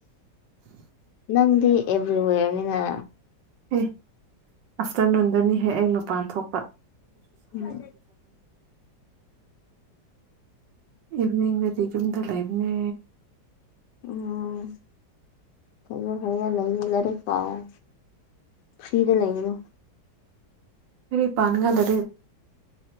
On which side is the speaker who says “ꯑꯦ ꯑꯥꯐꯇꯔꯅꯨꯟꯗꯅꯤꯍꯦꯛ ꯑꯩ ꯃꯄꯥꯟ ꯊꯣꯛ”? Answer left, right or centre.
Right